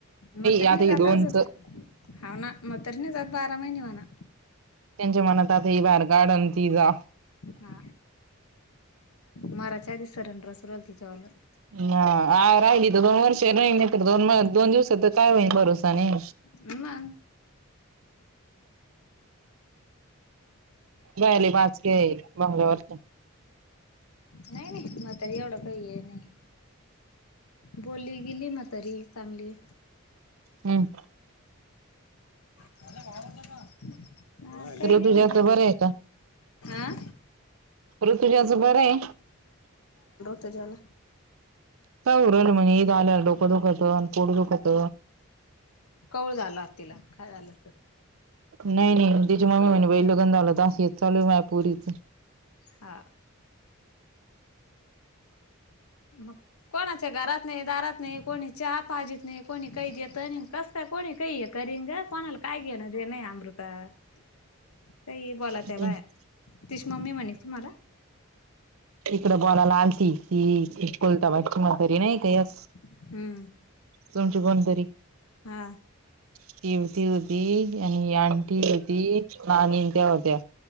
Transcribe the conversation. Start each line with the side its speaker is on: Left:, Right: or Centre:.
Left: मग त
Right: आता
Left: नाही
Right: हे
Left: जाता
Right: दोनच
Left: अजून. <unintelligible> हो ना म्हातारी नाही जात अजून बारा महिने म्हणा
Right: त्यांच्या मनात आता ही बाार काढल ति जा
Left: हा माराच्या आधी स रेंडर सुरल तिच्यावालं
Right: हा राहिली दोन वर्ष नाही नाही तर दोन दोन दिवसात तर काय होई भरोसा नाही.
Left: हम.
Right: वहिले वाचली आहे बगल्यावरच.
Left: नाही नाही म त एवढं काही आहे नाही बोली गेली म तरी चांगली
Right: हम्म
Left: का नाही
Right: ऋतुजाच
Left: म्हणलं
Right: बरं
Left: का
Right: आहे
Left: आ.
Right: अरऋ तुझ्याचं बर आहे.
Left: कत जाला.
Right: काय उरल म्हणजे ईद आल्या डोकं दुखत पुोढं दुखत
Left: कवळ झाला तिला काय झालं अस.
Right: नाही नाही दज ममी मन बे लोगंधाला दस चलू म पूरीच
Left: हा. मग कोणाच्या घरात नाही दारात नाही कोणी चहा पाजीत नाही कोणी कही देत आणि कस काय कोणी काही करीन ग कोणाला काय घेणं देणं हाय अमृता काही बोलातव्हा
Right: पोरीच.
Left: तिची मम्मी म्हणे तुम्हाला
Right: इकडं बॉलाला अलती की कुलता बाद कुणी तरी नाही काय अस
Left: हम्म
Right: तुमची बंदरी
Left: हा
Right: शिवती होती आणि आंटी होती नानी त्या होत्या